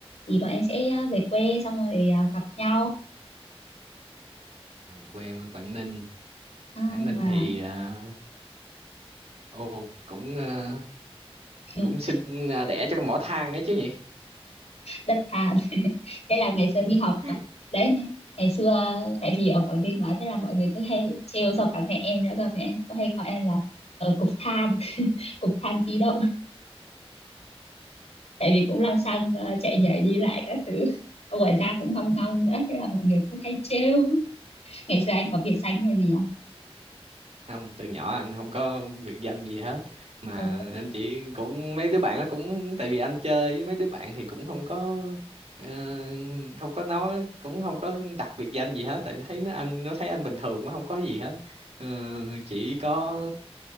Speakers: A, on the left; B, on the right.
A: thì bọn em sẽ à, về quê xong rồi à, gặp nhau
B: quê em ở Quảng Ninh
A: à,
B: Quảng Ninh
A: và
B: thì à, ô cũng à,
A: <laughs>
B: cũng sinh à, đẻ trong mỏ than ấy chứ nhỉ
A: đất than <laughs> thế là ngày xưa đi học
B: <laughs>
A: à, đấy ngày, ngày xưa tại vì ở Quảng Ninh mà thế là mọi người cứ hay trêu xong cả mẹ em nữa cơ mẹ em cũng hay gọi em là ở cục than <laughs> cục than di động <laughs> tại vì cũng lăng xăng ờ, chạy nhảy đi lại các thứ ngoài ra cũng ngâm ngâm nữa thế là mọi người cũng hay trêu <laughs> ngày xưa anh có biệt danh hay gì không
B: không từ nhỏ anh không có biệt danh gì hết mà
A: ồ
B: anh chỉ cũng mấy đứa bạn nó cũng tại vì anh chơi với mấy đứa bạn thì cũng không có ờ, không có nói cũng không có đặt biệt danh gì hết tại thấy nó anh nó thấy anh bình thường quá không có gì hết Ờ, chỉ có